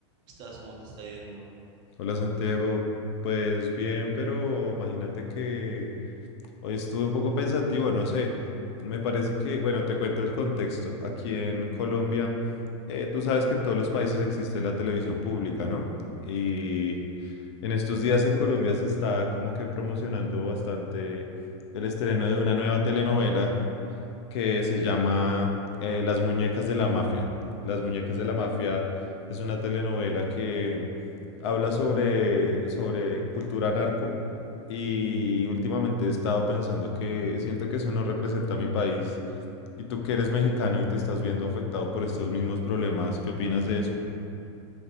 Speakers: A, on the right (about 30°); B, on the left (about 65°).
A: estás? ¿Cómo te está yendo?
B: Hola Santiago, pues bien, pero imagínate que hoy estuve un poco pensativo, no sé, me parece que, bueno, te cuento el contexto. Aquí en Colombia, eh, tú sabes que en todos los países existe la televisión pública, ¿no? Y en estos días en Colombia se está como que promocionando bastante el estreno de una nueva telenovela que se llama eh, Las muñecas de la mafia. Las muñecas de la mafia es una telenovela que habla sobre, sobre cultura narco y últimamente he estado pensando que siento que eso no representa a mi país y tú que eres mexicano y te estás viendo afectado por estos mismos problemas, ¿qué opinas de eso?